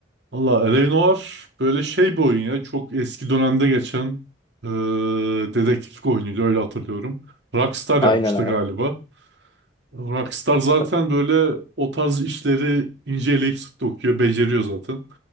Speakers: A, on the right; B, on the left.
A: Valla L.A. Noir böyle şey bir oyun ya. Çok eski dönemde geçen eee dedektiflik oyunuydu öyle hatırlıyorum. Rockstar
B: Aynen
A: yapmıştı
B: abi.
A: galiba. Rockstar zaten
B: Bak,
A: böyle o tarz işleri inceleyip sık dokuyor, beceriyor zaten.